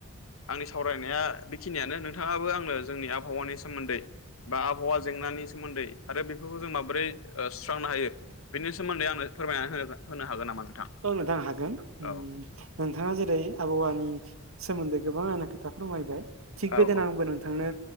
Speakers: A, on the left (about 80°); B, on the right (about 80°).
A: आंनि सावरायनाया बेखिनियानो नोंथाङाबो आंनो जोंनि आबहावानि सोमोन्दै बा आबहावा जेंनानि सो सोमोन्दै आरो बेफोरखौ जों माबोरै ओ सुस्रांनो हायो बेनि सोमोन्दै आंनो फोरमायना होनो होनो हागोन नामा नोंथां?
B: औ‌ नोंथां हागोन उम।
A: औ
B: नोंथाङा जेरै आबहावानि सोमोन्दै गोबां आंनो खोथा फोरमायबाय। थिग
A: औ
B: बेदिनो
A: औ
B: आंबो नोंथांनो